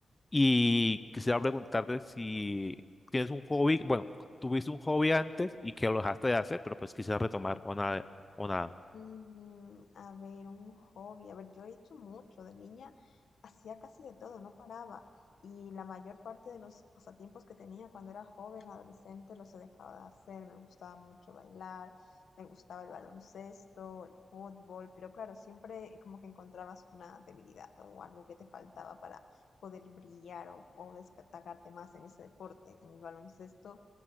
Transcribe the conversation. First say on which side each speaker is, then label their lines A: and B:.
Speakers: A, on the left; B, on the left.
A: Y quisiera preguntarte si tienes un hobby, bueno, tuviste un hobby antes y que lo dejaste de hacer, pero pues quisiera retomar o nada, o nada.
B: Mm, a ver, un hobby. A ver, yo he hecho mucho. De niña hacía casi de todo, no paraba. Y la mayor parte de los pasatiempos que tenía cuando era joven, adolescente, los he dejado de hacer. Me gustaba mucho bailar, me gustaba el baloncesto, el fútbol, pero claro, siempre como que encontrabas una debilidad o algo que te faltaba para poder brillar o, o destacarte más en ese deporte. En el baloncesto,